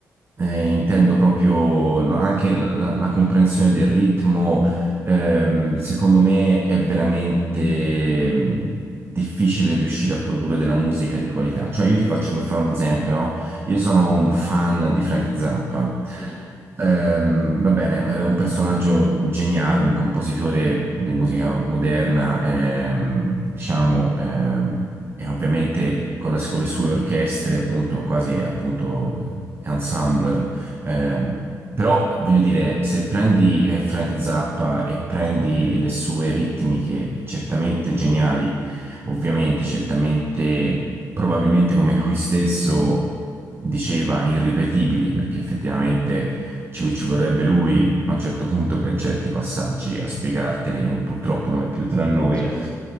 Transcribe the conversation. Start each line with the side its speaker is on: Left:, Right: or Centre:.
Right: eh, intendo proprio la- anche la, la comprensione del ritmo, ehm, secondo me è veramente... mm, difficile riuscire a produrre della musica di qualità. Cioè, io ti faccio
Left: sì,
Right: per fare un esempio, no? Io sono un fan di Frank Zappa.
Left: eh,
Right: Ehm, va bene, era un personaggio geniale, un compositore di musica moderna, ehm, diciamo, ehm, e ovviamente con, la- con le sue orchestre, appunto, quasi appunto ensemble. ehm, però voglio dire, se prendi eh, Frank Zappa e prendi le sue ritmiche certamente geniali Ovviamente, certamente,
Left: sì,
Right: probabilmente come lui stesso diceva, irripetibili, perché effettivamente ci, ci vorrebbe lui a un certo punto per certi passaggi a spiegarteli, e purtroppo non è più tra noi.
Left: cer